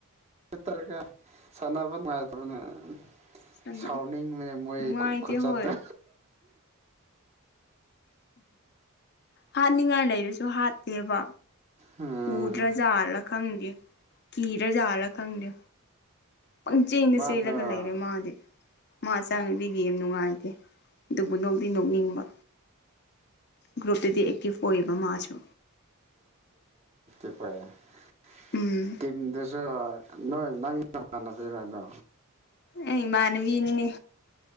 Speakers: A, on the right; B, on the left.
A: ꯇꯔꯒ ꯁꯥꯟꯅꯕ ꯅꯨꯡꯉꯏ ꯇ꯭ꯔꯅꯦ <unintelligible>
B: ꯁꯝꯅ
A: ꯁꯥꯎꯅꯤꯡ ꯕꯥꯅꯦ ꯃꯣꯏ
B: ꯅꯨꯡꯉꯥꯏꯇꯦ
A: ꯈꯨ ꯈꯨꯆꯠ
B: ꯍꯣꯏ
A: ꯇꯣ
B: ꯍꯥꯠꯅꯤꯡꯉꯥꯏ ꯂꯩꯔꯁꯨ ꯍꯥꯠꯇꯦꯕ
A: ꯎꯝ
B: ꯎꯗ꯭ꯔꯖꯂ ꯈꯪꯗꯦ ꯀꯤꯔ ꯖꯠꯂ ꯈꯪꯗꯦ ꯄꯪ ꯆꯦꯅ
A: ꯃꯥꯗꯣ
B: ꯆꯦꯜꯂꯒ ꯂꯩꯔꯦ ꯃꯥꯗꯤ ꯃꯆꯥꯥꯡꯗꯤ ꯒꯦꯝ ꯅꯨꯡꯉꯥꯏ ꯑꯗꯨꯕꯨ ꯅꯣꯛꯗꯤ ꯅꯣꯛꯅꯤꯡꯕ ꯒ꯭ꯔꯨꯞꯇꯗꯤ ꯑꯦꯛꯇꯤꯚ ꯑꯣꯏꯌꯦꯕ ꯃꯥꯁꯨ
A: <unintelligible>
B: ꯎꯝ
A: ꯇꯤꯝꯗꯁꯨ ꯅꯣꯏ ꯅꯪꯅꯃꯥꯟꯅꯕꯤꯔꯗꯣ
B: ꯑꯩ ꯏꯃꯥꯟꯅꯕꯤꯅꯤꯅꯦ